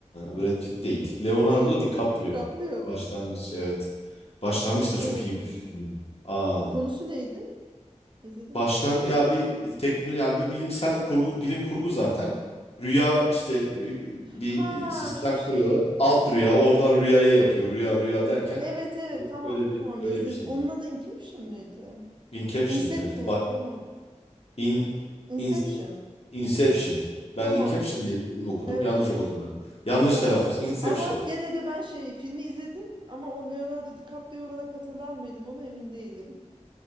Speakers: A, on the left; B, on the right.
A: Brad Pitt değil. Leonardo
B: Değil.
A: DiCaprio.
B: DiCaprio mu?
A: Başlangıç evet. Başlangıç
B: Filmi izlemedim
A: da çok iyi bir
B: muhtemelen.
A: film. Aa.
B: Konusu neydi? İzledim
A: Baştan
B: mi acaba?
A: ya bir tekno yani bir bilimsel kurgu bilim kurgu zaten. Rüya işte e, bir
B: Ha
A: e, sistem
B: şu şey.
A: kuruyorlar. Alt rüya oradan rüyaya yatıyor. Rüya rüya derken
B: Evet evet
A: öyle
B: tamam
A: öyle bir
B: tamam
A: öyle
B: izledim.
A: bir şey.
B: Onun adı Inception mıydı?
A: Inception
B: Inception
A: evet. Ba
B: tamam.
A: in,
B: Inception.
A: in Inception. Ben
B: Tamam.
A: Inception diye okudum.
B: Evet.
A: Yanlış okudum ben. Yanlış
B: Tamam.
A: telaffuz. Inception.
B: Ama gene de ben şey filmi izledim ama o Leonardo DiCaprio olarak hatırlar mıydım onu emin değilim.